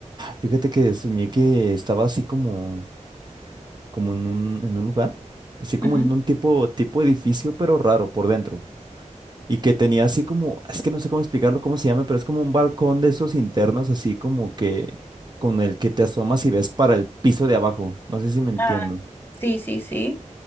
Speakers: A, on the right; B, on the left.
A: Fíjate que soñé que estaba así como, como en un, en un lugar, así como
B: Ujú.
A: en un tipo, tipo edificio, pero raro por dentro. y que tenía así como, es que no sé cómo explicarlo, cómo se llama, pero es como un balcón de esos internos, así como que con el que te asomas y ves para el piso de abajo. No sé si me entiendo.
B: Ah, sí, sí, sí.